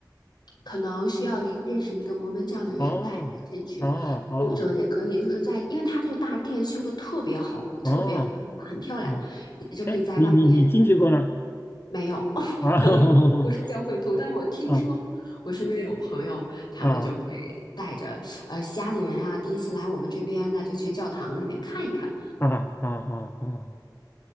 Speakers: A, on the left; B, on the left.
A: 可能需要一认识一个摩门教的人带着进去，
B: 哦哦
A: 或者也可以就是在，因为它这个大殿修的特别好，
B: 哦哦
A: 特别豪华，很漂亮，
B: 哦，
A: 也就可以在外面
B: 哎，你你你进去过吗？
A: 没有，<laughs>
B: 啊
A: 可能因为我不是教会徒，
B: <laughs>
A: 但是我听说我身边有朋友，
B: 啊
A: 他们就会
B: 啊啊啊
A: 带着呃家里人啊，第一次来我们这边，那就去教堂里面看一看，
B: 啊啊啊啊啊